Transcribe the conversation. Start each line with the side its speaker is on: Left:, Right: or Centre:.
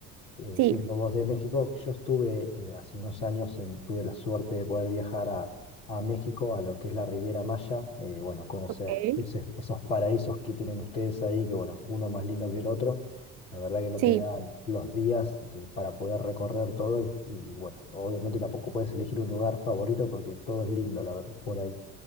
Left: eh,
Right: Sí,
Left: siendo vos de México, yo estuve eh, hace unos años, en- tuve la suerte de poder viajar a, a México, a lo que es la Riviera Maya, eh, bueno, conocer
Right: Ok.
Left: ese- esos paraísos que tienen ustedes ahí, que bueno, uno más lindo que el otro, la verdad que no
Right: sí.
Left: te dan los días eh, para poder recorrer todo y, y, bueno, obviamente tampoco puedes elegir un lugar favorito porque todo es lindo la ver- por ahí.